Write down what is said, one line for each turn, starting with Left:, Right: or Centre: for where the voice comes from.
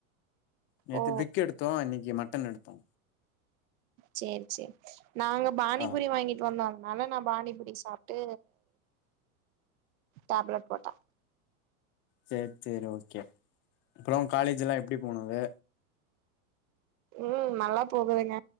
Left: நேத்து
Right: ஓ
Left: திக் எடுத்தோ இன்னைக்கு மட்டன் எடுத்தோ
Right: சேர் சேரி நாங்க பானிபூரி
Left: ஆ
Right: வாங்கிட்டு வந்தோ அனால நா பானிபூரி சாப்ட்டு டேப்லெட் போட்டே
Left: சேர் சேரி ஓகே அப்றோ காலேஜ்லா எப்டி போனது
Right: ம் நல்லா போகுதுங்க